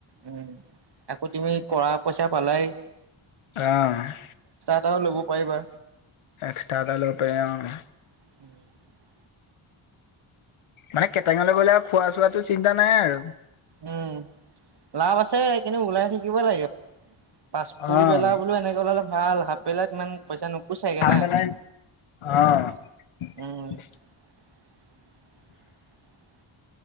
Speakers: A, on the right; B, on the left.
A: উম, আকৌ তুমি কৰা পইচা পালাই।
B: অ'!
A: এটা ল'ব পাৰিবা।
B: এক্সট্ৰা এটা ল'ব পাৰে। অ'!
A: <inaudible>
B: মানে, কেটেঙা ল'ৰাবিলাকৰ খোৱা চোৱা'টো চিন্তা নাই আৰু।
A: উম, লাভ আছে। কিন্তু, ওলাই থাকিবই লাগে। পাছ, ফুলবেলা
B: অ'
A: বোলো এনেকে উলালে ভাল, হাপবেলাক ইমান পইচা নোপোচাইগে
B: খাই
A: না?
B: পেলাই অ'!
A: উম, <inaudible>